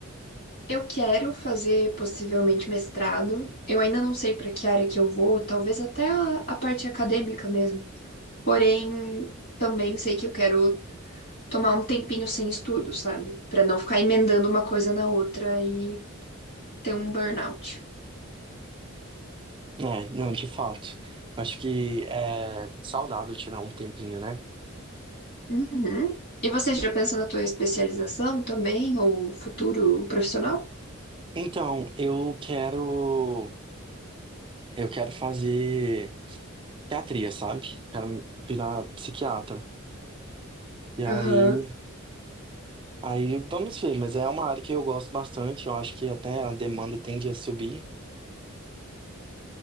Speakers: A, on the left (about 50°); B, on the right (about 25°).
A: Eu quero fazer possivelmente mestrado. Eu ainda não sei pra que área que eu vou, talvez até a, a parte acadêmica mesmo. Porém, também sei que eu quero tomar um tempinho sem estudo, sabe? Pra não ficar emendando uma coisa na outra e ter um burnout.
B: É, não, de fato. Acho que é saudável tirar um tempinho, né?
A: Uhum. E você já pensa na tua especialização também, ou futuro profissional?
B: Então, eu quero, eu quero fazer psiquiatria, sabe? Quero virar psiquiatra. E aí,
A: Aham,
B: aí vamos ver, mas é uma área que eu gosto bastante, eu acho que até a demanda tende a subir.